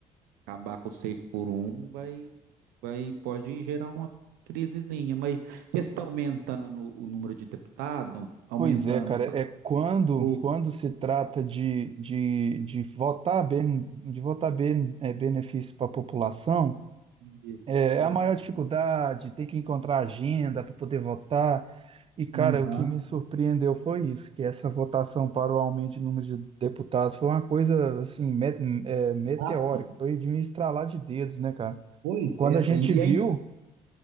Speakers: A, on the right (about 80°); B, on the right (about 40°).
A: acabar com seis por um, vai, vai, pode gerar uma crisezinha. Mas esse está aumentando o número de deputados, aumentando
B: Pois é, cara,
A: o salário
B: é
A: do
B: quando,
A: vereador.
B: quando se trata de, de, de votar bem, de votar bem, é, benefício para a população,
A: Isso,
B: é,
A: pois
B: é a maior
A: é.
B: dificuldade, tem que encontrar agenda para poder votar. E, cara,
A: Aham,
B: o que me surpreendeu foi isso, que essa votação para o aumento de número de deputados foi uma coisa, assim, me- é, meteórica,
A: Rápida.
B: foi de um estralar de dedos, né, cara?
A: Pois
B: Quando
A: é, essa
B: a gente
A: aí.
B: viu,
A: E aí,